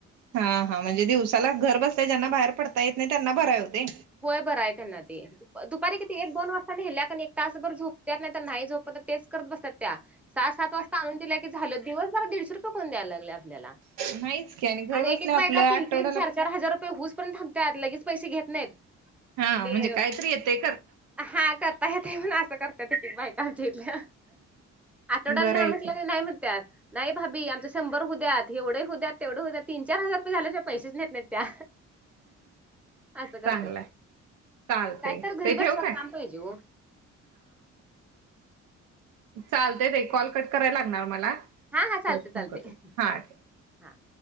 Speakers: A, on the right; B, in the centre.
A: हा हा म्हणजे दिवसाला घर बसल्या ज्यांना बाहेर पडता येत नाही त्यांना बरय हो ते
B: होय बरं आहे त्यांना ते दुपारी किती एक दोन वाजता नेल्या एक तासभर झोप त्यात नाही तर नाही झोपत तर तेच करत बसतात त्या सहा सात वाजता आणून दिल्या की की झालं दिवस भरात दीडशे रुपये कोण द्यायला लागलय आपल्याला
A: नाहीच की घर
B: आणि एक
A: बसल्या
B: एक बायका
A: आपलं आठवड्याला
B: तीन तीन चार चार हजार रुपये होऊच पर्यंत थांबत लगेच पैसे घेत नाहीत.
A: हा
B: ते
A: म्हणजे काहीतरी येतेय.
B: हा करता येत म्हण असं करता येत क बाईका आमच्या इथल्या आठवड्याला
A: बरं
B: न्हया
A: आहे
B: म्हंटल
A: की
B: तर नाही म्हणत्यात. नाही भाभी आमच शंभर होद्यात एवढे होद्यात तेवढे होद्यात तीन चार हजार रुपये झाल्या पैसेच येत नाहीत त्या असं करतात
A: चांगलंय. चालतय
B: काय तर घरी
A: ते
B: बसला
A: ठेवू काय?
B: काम पाहिजे हो
A: चालत ताई कॉल कट करायला लागणार मला
B: हा हा चालते
A: परत फोन
B: चालते
A: करतो
B: हा
A: ठेव.